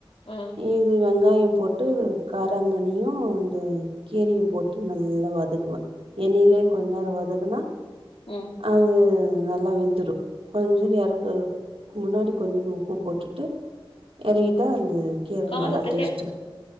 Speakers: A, on the left; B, on the right.
A: ம்
B: இது வெங்காய போட்டு கார மண்ணியு இந்த கீரயையு போட்டு நல்லா வதக்கு என்னைலயே கொஞ்ச நேர வதகுனா
A: ம்
B: அது நல்லா வெந்துரு கொஞ்சோடு இறக்குறது முன்னாடி கொஞ்சண்டு உப்பு போட்டுட்டு இறகிட்டா அந்த கீர
A: காரத்துக்கு
B: நல்ல டேஸ்ட்